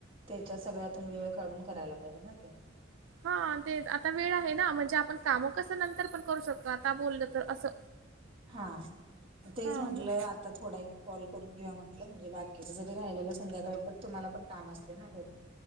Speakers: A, on the right (about 30°); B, on the right (about 75°).
A: त्याच्या सगळ्यातून वेळ काढून करायला पाहिजे ना ते
B: हा ते आता वेळ आहे ना म्हणजे आपण काम कसं नंतर पण करू शकतो आता बोललं तर असं
A: हा तेच
B: हा
A: म्हटलं
B: मग
A: आता थोडा कॉल करून किंवा म्हटलं म्हणजे बाकीच जरी राहिलेलं संध्याकाळी पण तुम्हाला पण काम असते ना घरी